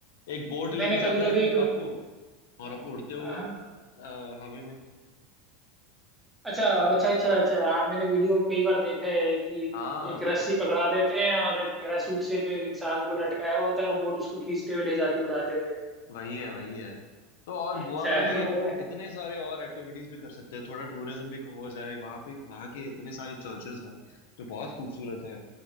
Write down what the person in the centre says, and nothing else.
मैंने
कभी कभी
एक
हाँ
हाँ हाँ।
अच्छा अच्छा अच्छा अच्छा हाँ मैंने वीडियो में कई बार देखा है कि
एक रस्सी पकड़ा देते हैं और एक पैराशूट से पे एक इंसान को लटकाया होता है और बोट उसको खींचते हुए ले जाती है उड़ाते हुए
अच्छा
वो
है